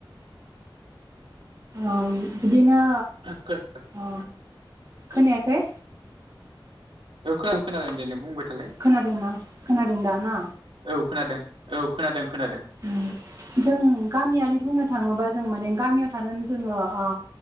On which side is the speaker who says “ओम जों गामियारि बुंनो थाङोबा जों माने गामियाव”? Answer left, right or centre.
Right